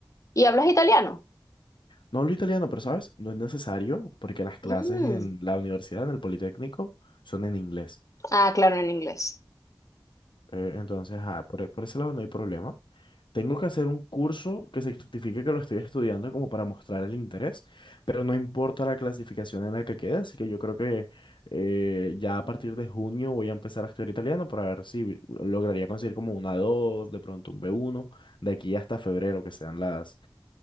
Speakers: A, on the left; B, on the left.
A: ¿Y hablas italiano?
B: No hablo italiano, pero sabes, no es necesario porque las clases
A: Mm.
B: en la universidad, en el Politécnico, son en inglés.
A: Ah, claro, en inglés.
B: Eh, entonces, ah, por, e- por ese lado no hay problema. Tengo que hacer un curso que se certifique que lo estoy estudiando como para mostrar el interés, pero no importa la clasificación en la que quede, así que yo creo que eh, ya a partir de junio voy a empezar a estudiar italiano para ver si lograría conseguir como una 2 de pronto un B1, de aquí hasta febrero que sean las,